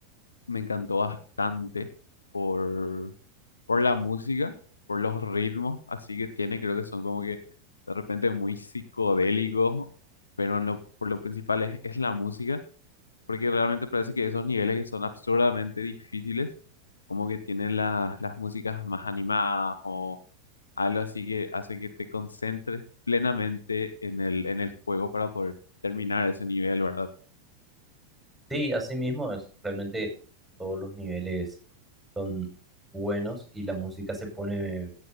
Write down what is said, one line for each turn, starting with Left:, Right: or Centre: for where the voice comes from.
Left: me encantó bastante por por la música, por los ritmos, así que tiene, creo que son como que de repente muy psicodélicos, pero en lo, por lo principal es, es la música, porque realmente parece que esos niveles que son absurdamente difíciles, como que tienen las las músicas más animadas o algo así que hace que te concentres plenamente en el, en el juego para poder terminar ese nivel, ¿verdad?
Centre: Sí, así mismo es. Realmente todos los niveles. son buenos y la música se pone,